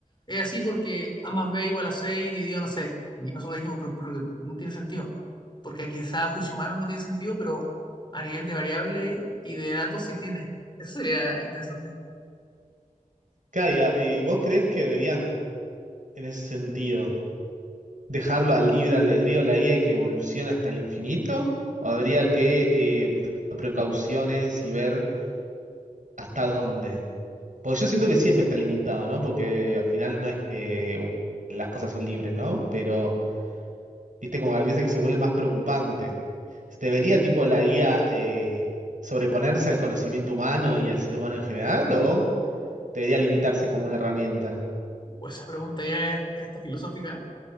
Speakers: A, on the left; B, on the right.
A: es así porque A más B igual a seis dividido, no sé. Y nosotros dijimos, pero, pero que no tiene sentido. Porque quizás a juicio humano no tiene sentido, pero a nivel de variable y de datos sí tiene. Eso sería interesante.
B: Claro, y a- y vos crees que deberían, en ese sentido, dejarlo al libre albedrío de la IA y que evolucione hasta el infinito? ¿O habría que eh, tomar precauciones y ver hasta dónde? Porque yo siento que siempre está limitado, ¿no? Porque al final no es que uh, las cosas son libres, ¿no? Pero, viste, como a veces que se vuelve más preocupante. ¿Debería, tipo, la IA eh, sobreponerse al conocimiento humano y al ser humano en general? ¿O debería limitarse como una herramienta?
A: Pues esa pregunta ya es, ya está filosófica.